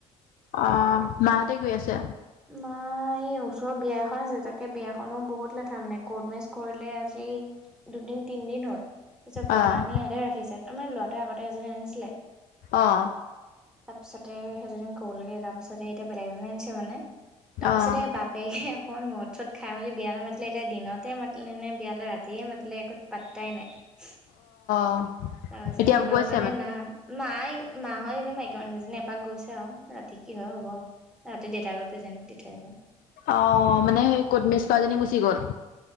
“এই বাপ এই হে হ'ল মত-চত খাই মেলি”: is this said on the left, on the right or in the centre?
Centre